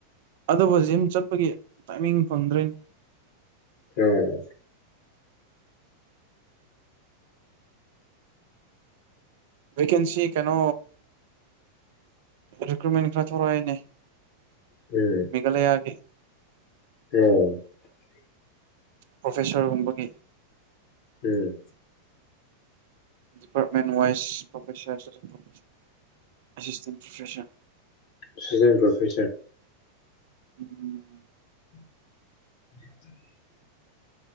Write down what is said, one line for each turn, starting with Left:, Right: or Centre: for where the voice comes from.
Right: ꯑꯗꯨꯕꯨ ꯖꯤꯝ ꯆꯠꯄꯒꯤ ꯇꯥꯏꯃꯤꯡ ꯐꯪꯗ꯭ꯔꯦꯅꯦ
Left: ꯑꯣ
Right: ꯚꯦꯀꯦꯟꯁꯤ ꯀꯩꯅꯣ ꯔꯤꯀ꯭ꯔꯨꯏꯠꯃꯦꯟ ꯈꯔ ꯊꯧꯔꯛꯑꯦꯅꯦ
Left: ꯎꯝ
Right: ꯃꯤꯘꯂꯌꯥꯒꯤ
Left: <unintelligible>
Right: ꯄ꯭ꯔꯣꯐꯦꯁꯔꯒꯨꯝꯕꯒꯤ
Left: ꯎꯝ
Right: <unintelligible> ꯄꯔꯣꯐꯦꯁꯥꯔ ꯑꯦꯁꯤꯁꯇꯦꯟ ꯄ꯭ꯔꯣꯐꯦꯁꯌ
Left: <unintelligible> ꯄ꯭ꯔꯣꯐꯦꯁꯔ
Right: ꯎꯝ
Left: <inaudible>